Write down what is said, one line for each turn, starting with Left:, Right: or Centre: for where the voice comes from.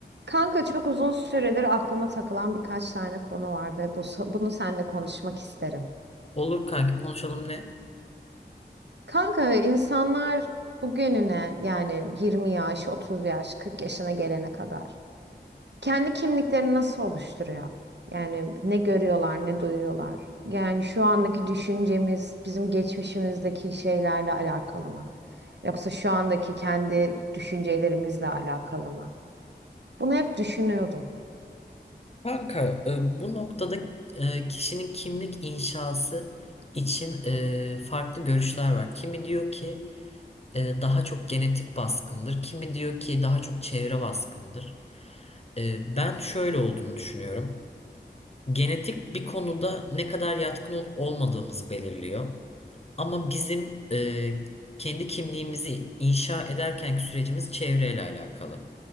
Right: Kanka çok uzun süredir aklıma takılan birkaç tane konu var ve bu, bunu seninle konuşmak isterim.
Left: Olur kanki konuşalım ne?
Right: Kanka insanlar bugününe yani 20 yaş, 30 yaş, 40 yaşına gelene kadar kendi kimliklerini nasıl oluşturuyor? Yani ne görüyorlar, ne duyuyorlar? Yani şu andaki düşüncemiz bizim geçmişimizdeki şeylerle alakalı mı? Yoksa şu andaki kendi düşüncelerimizle alakalı mı? Bunu hep düşünüyordum.
Left: Kanka e, bu noktada e, kişinin kimlik inşası için e, farklı görüşler var. Kimi diyor ki e, daha çok genetik baskındır. Kimi diyor ki daha çok çevre baskındır. E, ben şöyle olduğunu düşünüyorum. Genetik bir konuda ne kadar yatkın olup olmadığımızı belirliyor. Ama bizim e, kendi kimliğimizi inşa ederkenki sürecimiz çevreyle alakalı.